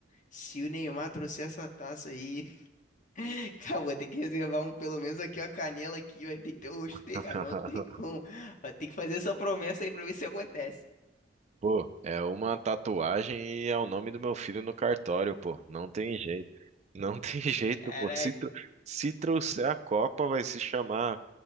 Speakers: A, on the left; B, on the right.
A: se o Neymar trouxer essa taça aí, <laughs> cara, vou ter que reservar um, pelo menos aqui, a canela aqui, vai ter que ter o rosto dele,
B: <laughs>
A: cara, não tem como. Vai ter que fazer essa promessa aí pra ver se acontece.
B: Pô, é uma tatuagem e é o nome do meu filho no cartório, pô. Não tem jeito. Não <laughs> tem jeito,
A: Caraca.
B: pô. Se, tro- se trouxer a Copa, vai se chamar